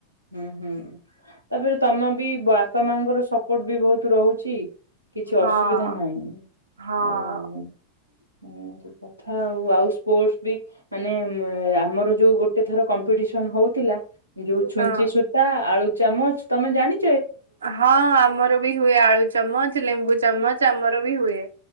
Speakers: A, on the left (about 85°); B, on the right (about 70°).
A: ହୁଁ ହୁଁ ତାପରେ ତମ ବି ବାପା ମାଆଙ୍କର ସପୋର୍ଟ ବି ବହୁତ ରହୁ ଚି କିଛି
B: ହଁ
A: ଅସୁବିଧା ନାହିଁ
B: ହଁ।
A: ଆଉ ହୁଁ ଏଇ ତ କଥା ଆଉ ଆଉ ସ୍ପୋର୍ଟ ବି ମାନେ ଆମର ଯୋଉ ଗୋଟେ ଥର କମ୍ କମ୍ପିଟିସନ ହଉଥିଲା ଯୋଉ ଛୁଞ୍ଚି
B: ହଁ
A: ସୂତା, ଆଳୁ ଚାମଚ ତମେ ଜାଣି
B: ହଁ ଆମର ବି ହୁଏ ଆଳୁ ଚାମଚ ଲେମ୍ବୁ ଚାମଚ ଆମର ବି ହୁଏ।